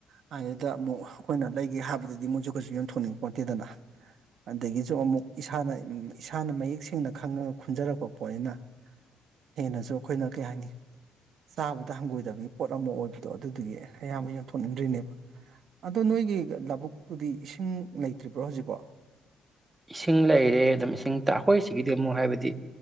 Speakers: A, on the right; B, on the right.
A: ꯑꯗꯨꯗ ꯑꯃꯨꯛ ꯑꯩꯈꯣꯏꯅ ꯂꯩꯒꯦ ꯍꯥꯏꯕꯗꯗꯤ ꯃꯣꯏꯁꯨ ꯀꯩꯁꯨ ꯌꯊꯣꯛꯅꯤꯡ ꯄꯣꯠꯇꯦꯗꯅ ꯑꯗꯒꯤꯁꯨ ꯑꯃꯨꯛ ꯏꯁꯥꯅ ꯏꯁꯥꯅ ꯃꯌꯦꯛ ꯁꯦꯡꯅ ꯈꯪꯉꯒ ꯈꯨꯟꯖꯔꯛꯄ ꯄꯣꯠꯅꯤꯅ ꯍꯦꯟꯅꯁꯨ ꯑꯩꯈꯣꯏꯅ ꯀꯩ ꯍꯥꯏꯅꯤ ꯆꯥꯕꯗ ꯍꯪꯒꯣꯏꯗꯕꯒꯤ ꯄꯣꯠ ꯑꯃ ꯑꯣꯏꯕꯗꯣ ꯑꯗꯨꯗꯨꯒꯤ ꯑꯌꯥꯝꯕ ꯌꯟꯊꯣꯛꯅꯤꯡꯗ꯭ꯔꯤꯅꯦꯕ ꯑꯗꯣ ꯅꯣꯏꯒꯤ ꯂꯧꯕꯨꯛꯇꯨꯗꯤ ꯏꯁꯤꯡ ꯂꯩꯇ꯭ꯔꯤꯕ꯭ꯔꯣ ꯍꯧꯖꯤꯛꯐꯧ
B: ꯏꯁꯤꯡ ꯂꯩꯔꯦ ꯑꯗꯨꯝ ꯏꯁꯤꯡ ꯑꯩꯈꯣꯏꯁꯤꯒꯤꯗꯤ ꯑꯃꯨꯛ ꯍꯥꯏꯕꯗꯤ